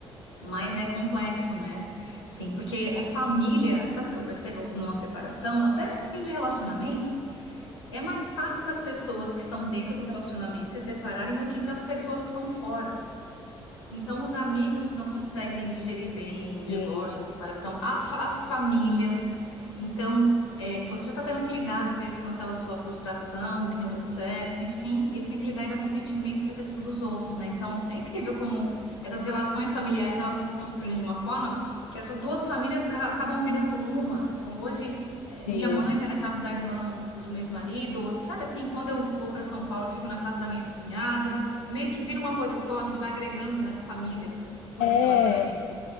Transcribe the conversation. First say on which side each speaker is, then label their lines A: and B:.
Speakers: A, on the left (about 85°); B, on the left (about 60°).
A: Mas é complexo, né? Sim, porque a família, sabe o que eu percebo numa separação? Até no fim de relacionamento, é mais fácil para as pessoas que estão dentro do relacionamento se separarem do que para as pessoas que estão fora. Então, os amigos não conseguem digerir bem o divórcio,
B: Sim,
A: a separação, a fa- as famílias. Então, é, você já está tendo que lidar, às vezes, com aquela sua frustração, que não deu certo, enfim, e você tem que lidar ainda com o sentimento e expectativa dos outros, né? Então, é incrível como essas relações familiares elas vão se construindo de uma forma que essas duas famílias ca- acabam virando uma. Então, hoje, é, Minha
B: sim.
A: mãe vai na casa da irmã do, do meu ex-marido. Sabe assim, quando eu vou para São Paulo, eu fico na casa da minha ex-cunhada. Meio que vira uma coisa só, a gente vai agregando, né, família com
B: É,
A: esses relacionamentos.